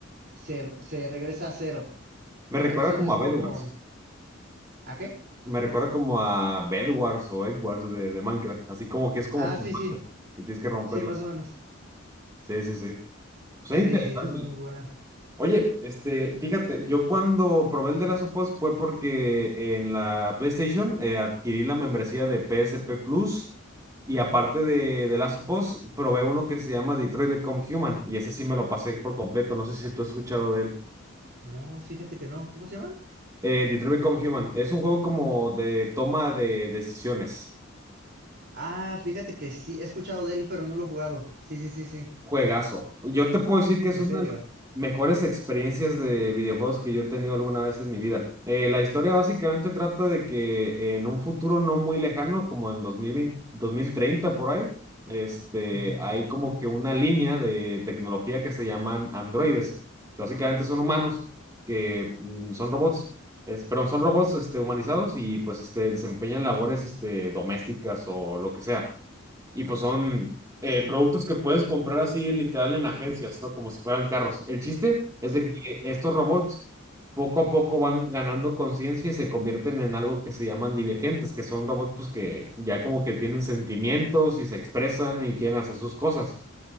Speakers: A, on the right; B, on the right.
A: se, se regresa a cero.
B: Me
A: Entonces
B: recuerda como
A: es
B: a
A: como,
B: Bedwars.
A: ¿a qué?
B: Me recuerda como a Bedwars o Edwards de, de Minecraft. Así como que es como
A: Ah,
B: por
A: sí,
B: bandas,
A: sí,
B: y tienes que romperla.
A: sí, más o menos.
B: Sí, sí, sí. Pues
A: Sí,
B: es interesante.
A: es muy buena.
B: Oye, este, fíjate, yo cuando probé el de Last of Us fue porque en la PlayStation eh, adquirí la membresía de PSP Plus y
A: Ujú.
B: aparte de, de Last of Us probé uno que se llama Detroit Become Human y ese sí me lo pasé por completo, no sé si tú has escuchado de él.
A: No, fíjate que no. ¿Cómo se llama?
B: Eh, Detroit Become Human es un juego como de toma de decisiones.
A: Ah, fíjate que sí, he escuchado de él, pero no lo he jugado. Sí, sí, sí, sí.
B: Juegazo. Yo te puedo decir que
A: En
B: es una
A: serio.
B: de las mejores experiencias de videojuegos que yo he tenido alguna vez en mi vida. Eh, la historia básicamente trata de que en un futuro no muy lejano, como en dos dos mil veinte, dos mil treinta por ahí, este,
A: Ujú.
B: hay como que una línea de tecnología que se llaman androides, que básicamente son humanos, que mm, son robots, es- perdón, son robots este, humanizados y pues este, desempeñan labores este, domésticas o lo que sea. Y pues son eh, productos que puedes comprar así literal en agencias, ¿no? Como si fueran carros. El chiste es
A: Sí,
B: de que estos robots poco a poco van ganando conciencia y se convierten en algo que se llaman divergentes, que son robots pues que ya como que tienen sentimientos y se expresan y quieren hacer sus cosas.